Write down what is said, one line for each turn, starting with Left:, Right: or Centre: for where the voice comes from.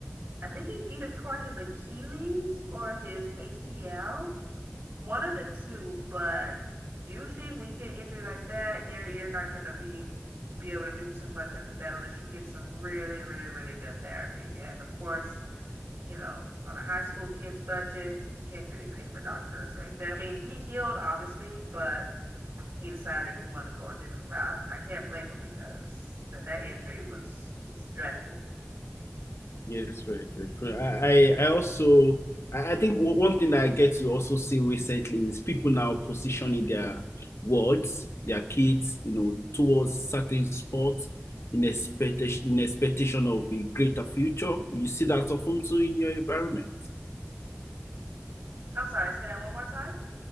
Right: I think he either tore his Achilles or his ACL, one of the two. But usually, when you get an injury like that, you're you're not gonna be be able to do too much after that unless you get some really, really, really good therapy. And of course, you know, on a high school kid's budget, you can't really pay for doctors right there. I mean, he healed obviously, but he decided he wanted to go a different route, and I can't blame him because that that injury was, was dreadful.
Left: Yes, very true. true. I, I I also I, I think o- one thing that I get to also see recently is people now positioning their words, their kids, you know, towards certain sports in expectation in expectation of a greater future. You see that often too in your environment.
Right: I'm sorry, say that one more time.